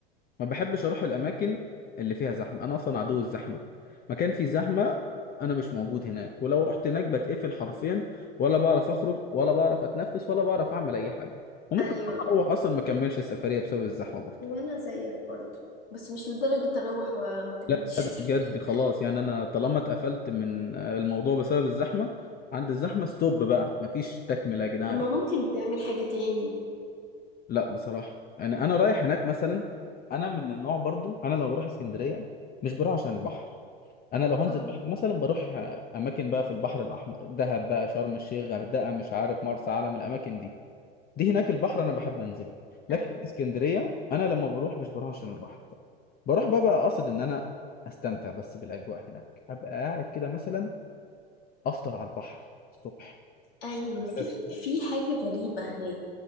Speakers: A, on the left; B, on the left.
A: ما بحبش أروح الأماكن اللي فيها زحمة أنا أصلا عدو الزحمة مكان فيه زحمة أنا مش موجود هناك ولو رحت هناك بتقفل حرفيا ولا بعرف أخرج ولا بعرف أتنفس ولا بعرف أعمل أي حاجة وممكن
B: ايوه
A: أروح أصلا ما أكملش السفرية بسبب الزحمة برضه
B: وانا زيك برضه بس مش لدرجه اروح وما كملش
A: لا ده
B: <laughs>
A: بجد خلاص يعني انا طالما اتقفلت من آه، الموضوع بسبب الزحمه عند الزحمه ستوب بقى مفيش تكمله يا جدعان
B: طب ما ممكن تعمل حاجه تاني
A: لا بصراحه يعني انا رايح هناك مثلا انا من النوع برضو انا لو بروح اسكندريه مش بروح عشان البحر انا لو هنزل
B: امم
A: بحر مثلا بروح آه، اماكن بقى في البحر الاحمر دهب بقى شرم الشيخ غردقه مش عارف مرسى علم الاماكن دي دي هناك البحر انا بحب انزله لكن
B: ايوه
A: في اسكندريه انا لما بروح مش بروح عشان البحر بروح بقى بقى قاصد ان انا استمتع بس بالاجواء هناك ابقى قاعد كده مثلا افطر على البحر الصبح
B: ايوه في
A: عارف.
B: في حاجه غريبه هناك